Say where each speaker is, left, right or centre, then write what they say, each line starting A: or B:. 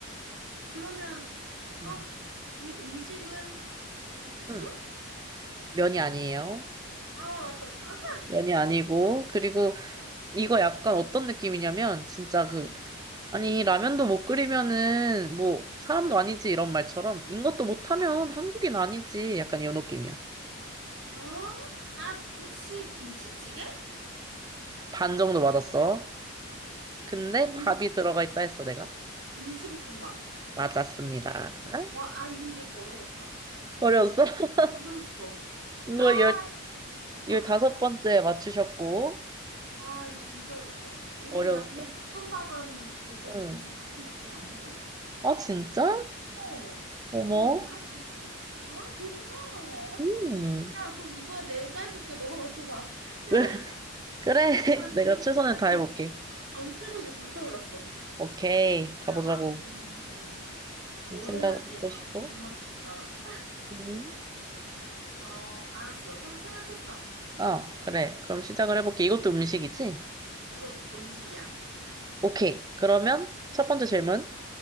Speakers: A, on the right; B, on the right.
A: 그러면, 아,
B: 음.
A: 이 음식은 국수?
B: 음. 면이 아니에요.
A: 아, 맞다, 맞다.
B: 면이 아니고 그리고
A: 어?
B: 이거 약간 어떤 느낌이냐면 진짜 그
A: 응.
B: 아니 라면도 못 끓이면은 뭐 사람도 아니지 이런 말처럼 이것도 못하면 한국인 아니지 약간 이런 느낌이야.
A: 아, 아, 혹시 김치찌개?
B: 반 정도 맞았어. 근데
A: 김,
B: 밥이 들어가 있다 했어 내가.
A: 김치볶음밥.
B: 맞았습니다.
A: 와, 아니, 근데 이거 어려웠다.
B: 어려웠어? <laughs>
A: 어려웠어.
B: 너
A: 아,
B: 열, 열다섯
A: 아.
B: 번째 맞추셨고,
A: 아, 이거 진짜 어렵다. 왜냐면
B: 어려웠어?
A: 나 그냥 볶음밥은 먹어도
B: 응.
A: 김치볶음밥 잘 안 먹어.
B: 아, 진짜?
A: 어.
B: 어머.
A: 그냥 몰랐어, 그래서. 아, 그렇구나.
B: 음.
A: 야, 그럼 이번에 내가 해볼게. 너가 맞춰봐. 야,
B: <laughs>
A: <laughs>
B: 그래,
A: 나
B: <laughs> 내가
A: 지금
B: 최선을 다해볼게.
A: 전, 전투력이 불타올랐어.
B: 오케이,
A: 기다려봐.
B: 가보자고.
A: 음, 뭘
B: 생각을
A: 해야지
B: 해보시고.
A: 얘가 못 맞출까?
B: 음.
A: 어, 알았어. 성, 생각했어.
B: 아, 그래. 그럼 시작을 해볼게. 이것도 음식이지?
A: 이거 음식이야.
B: 오케이. 그러면 첫 번째 질문.